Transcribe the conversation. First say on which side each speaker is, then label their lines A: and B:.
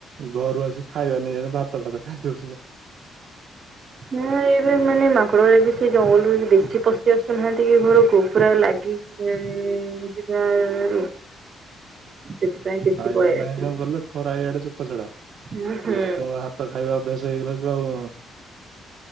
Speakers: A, on the right; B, on the right.
A: ଘରୁ ଆସି ଖାଇବା ନିି ଜଣେ ଭାତ ଭାତ ଖାଇଦଉ
B: ନା ଏବେ ମାନେ ମାଙ୍କଡ଼ରେ ବେଶି ସେ ଜଙ୍ଗଲରୁ ବେଶୀ ପଶି ଆସୁନାହାନ୍ତି କି ଘରକୁ ପୁରା ଲାଗି ଉମ୍, ଯିବାରୁ ସେଥିପାଇଁ ବେଶୀ
A: ଖାଇବା
B: ପଳେଇ
A: ନାହିଁ
B: ଆସିଲେ
A: ଜଙ୍ଗଲରେ ଖରା ଇଆଡେ ଚୁପ ଛଡା
B: ହୁଁ ହୁଁ
A: ଲୋକଙ୍କ ହାତ ଖାଇବା ଅଭ୍ୟାସ ହେଇଗଲା ଯୋଉ